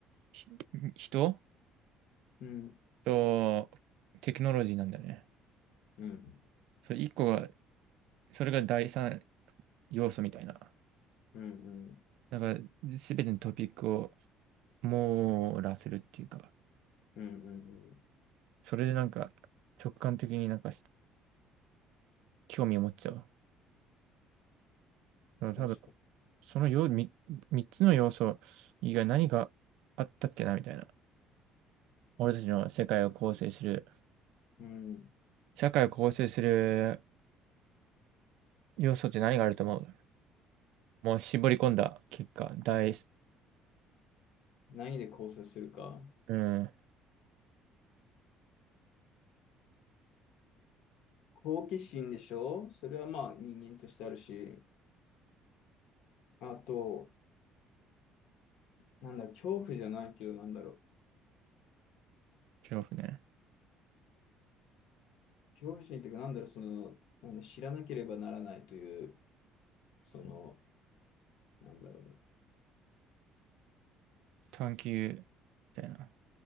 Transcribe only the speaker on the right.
ひ人
とテクノロジーなんだよね。
それ一個が、それが第三要素みたいな。
だから、すべてのトピックを網羅するっていうか。
それでなんか直感的になんか興味を持っちゃう。うん多分、
そのよ、み三つの要素以外何があったっけなみたいな。俺たちの世界を構成する、
社会を構成する要素って何があると思うもう絞り込んだ結果、大、
うん、
恐怖ね。
探求、みたいな。